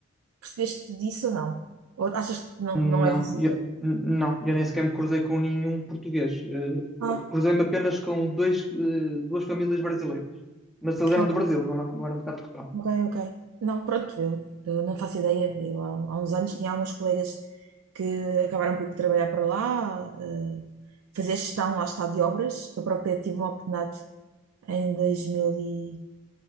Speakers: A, on the right; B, in the centre.
A: Percebeste disso ou não? Ou achas que não,
B: Não,
A: não é visível?
B: eu, não, eu nem sequer me cruzei com nenhum português. Eh,
A: Ah,
B: cruzei-me apenas com dois, eh, duas famílias brasileiras. Mas eles eram
A: ok,
B: do Brasil, não eram, não eram de cá de Portugal.
A: ok, ok. Não, pronto, eu, eu não faço ideia. Eu, há, há uns anos tinha alguns colegas que acabaram por ir trabalhar para lá, eh, fazer gestão, lá está, de obras. Eu própria tive uma oportunidade em dois mil e-